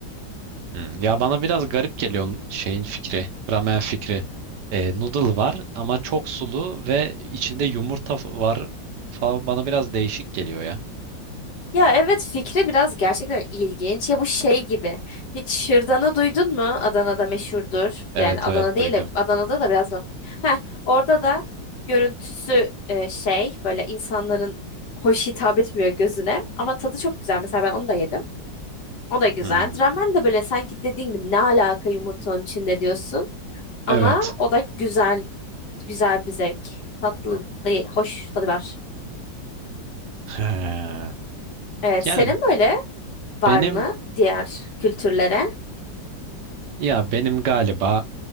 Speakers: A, on the right; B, on the left.
A: Hmm, Ya bana biraz garip geliyor n- şeyin fikri, ramen fikri. Ee, noodle var ama çok sulu ve içinde yumurta f- var falan bana biraz değişik geliyor ya.
B: Ya evet fikri biraz gerçekten ilginç. Ya bu şey gibi. Hiç şırdanı duydun mu? Adana'da meşhurdur.
A: Evet
B: Yani Adana
A: evet
B: değil
A: duydum.
B: de Adana'da da biraz da. Heh, orada da görüntüsü e, şey böyle insanların hoş hitap etmiyor gözüne. Ama tadı çok güzel. Mesela ben onu da yedim. O da güzel.
A: Hmm,
B: Ramen de böyle sanki dediğim gibi ne alaka yumurtanın içinde diyorsun. Ama
A: Evet.
B: o da güzel. Güzel bir zevk. Tatlı, hoş tadı var.
A: He.
B: Evet,
A: Yani
B: senin böyle
A: benim
B: var mı diğer kültürlere?
A: ya benim galiba